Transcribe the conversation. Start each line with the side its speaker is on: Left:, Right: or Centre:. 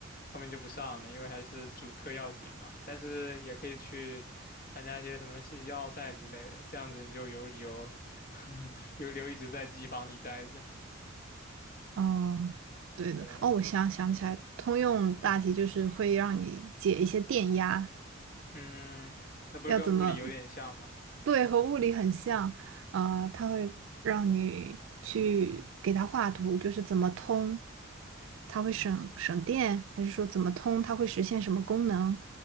Left: 后面就不上了，因为还是主课要紧嘛。但是也可以去参加一些什么信息奥赛之类的，这样子你就有理由 <laughs> 有理由一直在机房里待着。
Right: 嗯，对的。
Left: 对，
Right: 哦，我想想起来，通用大题就是会让你解一些电压，
Left: 嗯，那不是跟物理有点像吗？
Right: 要怎么？对，和物理很像，啊、它会让你去给它画图，就是怎么通，它会省省电，还是说怎么通，它会实现什么功能，